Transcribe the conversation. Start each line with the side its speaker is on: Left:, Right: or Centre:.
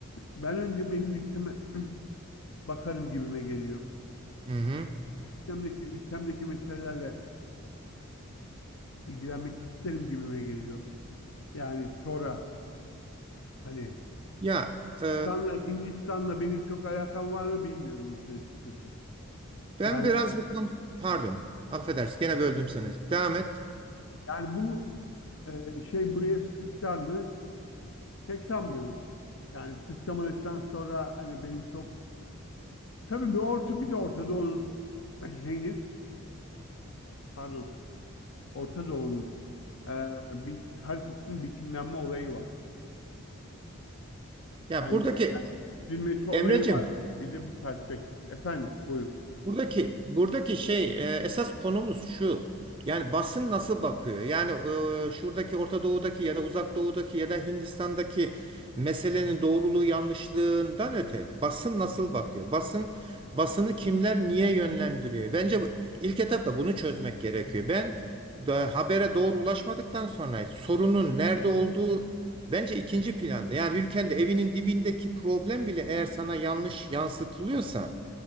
Left: Ben önce benim ülkeme <clears throat> bakarım gibime geliyor.
Right: Hı hı.
Left: Ülkemdeki ülkemdeki meselelerle ilgilenmek isterim gibime geliyor. Yani sonra hani
Right: Ya e,
Left: Hindistan'la, Hindistan'la benim çok alakam var mı bilmiyorum işin açıkçası.
Right: ben
Left: Yani
Right: biraz bu konu pardon affedersin gene böldüm seni. Devam et.
Left: yani bu e, şey buraya sıçrar mı? Pek sanmıyorum. Yani sıçramadıktan sonra hani benim çok tabii bir orta bir de Orta Doğu'nun şeyini pardon Orta Doğu'nun e, bir haritasının biçimlenme olayı var.
Right: Ya
Left: Yani
Right: buradaki
Left: yeniden çizilmesi olayı
Right: Emreciğim
Left: var. Bir de bu perspektif. Efendim, buyurun.
Right: Buradaki buradaki şey e, esas konumuz şu. Yani basın nasıl bakıyor? Yani e, şuradaki Orta Doğu'daki ya da Uzak Doğu'daki ya da Hindistan'daki meselenin doğruluğu yanlışlığından öte basın nasıl bakıyor? Basın basını kimler niye yönlendiriyor? Bence bu, ilk etapta bunu çözmek gerekiyor. Ben da, habere doğru ulaşmadıktan sonra sorunun nerede olduğu bence ikinci planda. Yani ülkende evinin dibindeki problem bile eğer sana yanlış yansıtılıyorsa